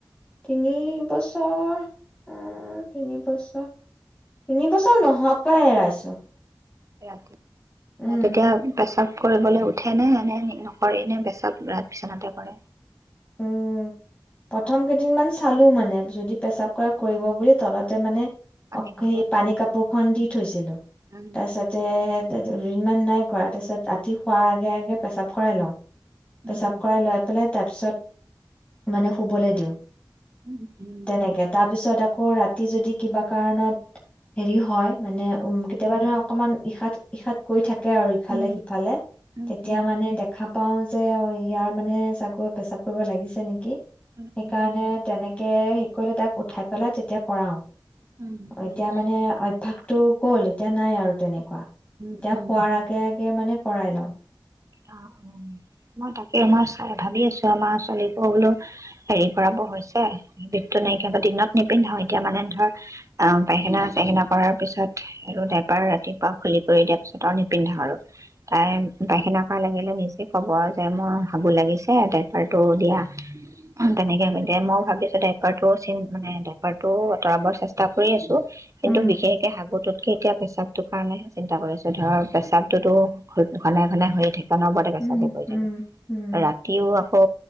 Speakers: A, on the left; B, on the right.
A: তিনিবছৰ তিনিবছৰ তিনিবছৰ নোহোৱাৰ পৰাই এৰাইছো।
B: এৰা
A: উম
B: তেতিয়া পেচাপ কৰিবলৈ উঠে নে এনে নকৰে এনে পেচাব বি বিচনাতে কৰে
A: উম প্ৰথম কেইদিন মান চালো মানে যদি পেচাব কৰা কৰিব বুলি তলতে মানে।
B: পানী
A: অ
B: কাপোৰ
A: সেই পানী কাপোৰ খন দি থৈছিলো
B: উম
A: তাৰপিছতে দুদিনমান নাই কৰা তাৰপিছত ৰাতি শোৱাৰ আগে আগে পেচাপ কৰাই লওঁ।
B: উম
A: পেচাব কৰাই লৈ পেলাই তাৰ পিছত। মানে শুবলৈ দিওঁ।
B: উম উম
A: তেনেকে তাৰপিছত। আকৌ ৰাতি যদি কিবা কাৰণত হেৰি হয়। মানে উম কেতিয়াবা ধৰা অকমান। ইশাত ইশাত কৈ থাকে। থাকে আৰু ইফালে
B: উম
A: সিফালে
B: উম,
A: তেতিয়া
B: উম, উম,
A: মানে দেখা পাও। যে ইয়াৰ মানে চাগৈ পেচাব। কৰিব লাগিছে নেকি।
B: উম,
A: সেইকাৰণে তেনেকে কলে তাক উঠাই পেলাই যেতিয়া কৰাও।
B: উম, উম,
A: এতিয়া
B: উম,
A: মানে অভ্যাস। তো। গ'ল এতিয়া নাই আৰু তেনেকুৱা
B: উম,
A: এতিয়া
B: উম,
A: শোৱাৰ
B: উম।
A: আগে আগে মানে কৰাই লও
B: অ মই তাকে মই চাই ভাবি আছো আমাৰ ছোৱালীকো বোলো হেৰি কৰাব হৈছে বিষটো নাইকিয়া দিনত নিপিন্ধাও এতিয়া মানে ধৰ আহ পাইখানা চাইখানা কৰাৰ পিছত আৰু ডাইবাৰ ৰাতিপুৱা খুলি কৰি দিয়াৰ পিছত আৰু নিপিন্ধাও আৰু তাই পাইখানা। হাগা লাগিলে নিজে ক'ব যে মই হাগু লাগিছে ড্ৰাইপাৰটো দিয়া। অ তেনেকে ক দে মই ভাবি আছো ড্ৰাইপাৰ টো চেইন মানে ড্ৰাইপাৰ টো আঁতৰাবৰ চেষ্টা কৰি আছো। কিন্তু
A: উম
B: বিশেষকে সাগতো। এতিয়া প্ৰেচাবটোৰ কাৰণেহে চিন্তা কৰিছো ধৰ প্ৰেচাবটোতো ঘনাই ঘনাই হৈয়ে থাকে। অনবৰতে পেচাপে
A: উম
B: কৰি থাকে
A: উম উম
B: ৰাতিও আকৌ।